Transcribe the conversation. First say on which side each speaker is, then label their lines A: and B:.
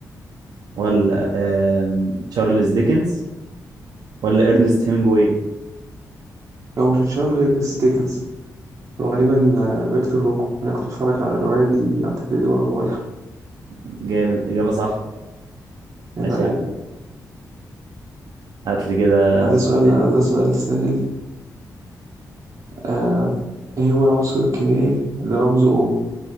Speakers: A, on the right; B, on the right.
A: ولا آم، تشارلز ديكنز ولا ارنست هيمنجواي
B: هو مش تشارلز ديكنز هو غالبا آه، فيكتور هوجو انا كنت بتفرج على الروايه دي على التلفزيون وانا صغير
A: جامد اجابه صح
B: يبقى
A: ماشي
B: عليه
A: يا عم هات لي كده
B: آه،
A: سؤال
B: ده سؤال
A: تاني
B: لا ده سؤال سهل آه ايه هو العنصر الكيميائي اللي رمزه O